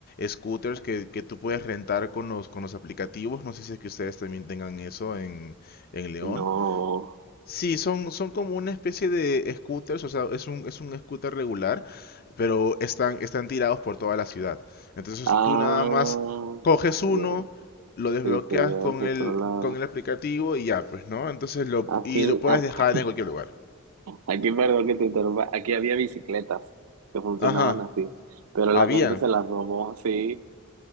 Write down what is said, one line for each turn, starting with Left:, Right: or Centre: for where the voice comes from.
Left: scooters que, que tú puedes rentar con los, con los aplicativos. No sé si es que ustedes también tengan eso en, en León.
Right: No.
Left: Sí, son, son como una especie de scooters, o sea, es un, es un scooter regular, pero están, están tirados por toda la ciudad. Entonces
Right: Ah,
Left: tú nada más coges uno,
Right: ya.
Left: lo desbloqueas
Right: Y te llevas
Left: con
Right: a otro
Left: el,
Right: lado.
Left: con el aplicativo y ya, pues, ¿no? Entonces lo,
Right: Aquí,
Left: y lo puedes
Right: aquí.
Left: dejar en cualquier lugar.
Right: Aquí, perdón que te interrumpa, aquí había bicicletas que funcionaban
Left: Ajá,
Right: así, pero
Left: habían.
Right: la gente se las robó, sí,